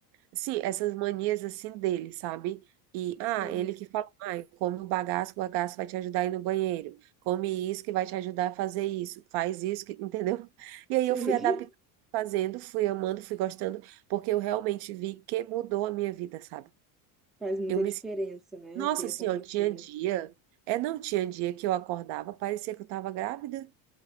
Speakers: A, on the right; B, in the centre.
A: Sim, essas manias assim dele, sabe? E, ah,
B: sei,
A: ele que fala, ah, come o bagaço, o bagaço vai te ajudar a ir no banheiro. Come isso que vai te ajudar a fazer isso. Faz isso, que, <laughs> entendeu? E aí
B: sei.
A: eu fui adaptando,
B: <laughs>
A: fazendo, fui amando, fui gostando, porque eu realmente vi que mudou a minha vida, sabe?
B: Faz muita
A: Eu me...
B: diferença,
A: sen-
B: né?
A: Nossa,
B: Ter essa
A: assim,
B: rotina.
A: ó, tinha dia... É, não tinha dia que eu acordava, parecia que eu tava grávida.